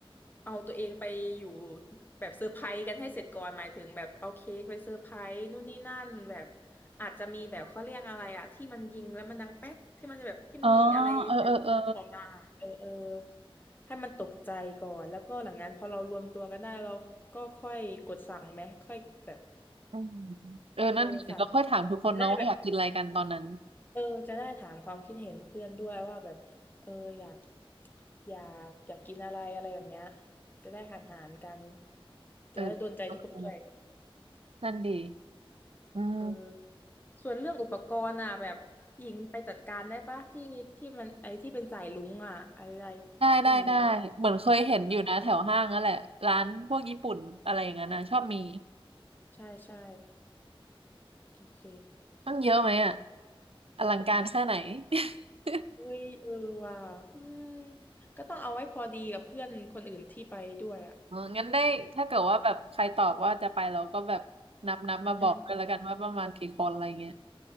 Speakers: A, on the left; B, on the right.
A: เอาตัวเองไปอยู่แบบเซอร์ไพรส์กันให้เสร็จก่อนหมายถึงแบบเอาเค้กไปเซอร์ไพรส์นู่นนี่นั่นแบบอาจจะมีแบบเขาเรียกอะไรอะที่มันยิงแล้วมันดังแป๊กที่มันจะแบบที่มีอะไรเสียงยิงออกมาเออเออ
B: อ๋อเออเออเออ
A: ให้มันตกใจก่อนแล้วก็หลังนั้นพอเรารวมตัวกันได้เราก็ค่อยกดสั่งไหมค่อยแบบ
B: อืมเออนั่นดีเราค่อยถามทุกคนเนาะว่าอยากกินอะไรกันตอนนั้น
A: เออสั่งของได้แบบ เออจะได้ถามความคิดเห็นเพื่อนด้วยว่าแบบเอออยากอยากอยากกินอะไรอะไรแบบเนี้ยจะได้หารหารกัน
B: เออโอเค
A: จะได้โดนใจทุกคนด้วย
B: นั่นดีอืม
A: เออส่วนเรื่องอุปกรณ์อ่ะแบบหญิงไปจัดการได้ปะที่ที่มันไอ้ที่เป็นสายลุงอ่ะอะไร
B: ได้ได้ได้เหมือนเคยเห็นอยู่นะแถวห้างนั่นแหละร้านพวกญี่ปุ่นอะไรอย่างนั้นนะชอบมี
A: พวกนี้อ่ะเออใช่ใช่โอเค
B: ต้องเยอะไหมอ่ะอลังการแค่ไหน <laughs>
A: เอ้ยเออว่ะอืมก็ต้องเอาไว้พอดีกับเพื่อนคนอื่นที่ไปด้วยอ่ะ
B: เอองั้นได้ถ้าเกิดว่าแบบใครตอบว่าจะไปเราก็แบบนับนับมาบอกกันแล้วกันว่าประมาณกี่คนอะไรเงี้ย
A: อืม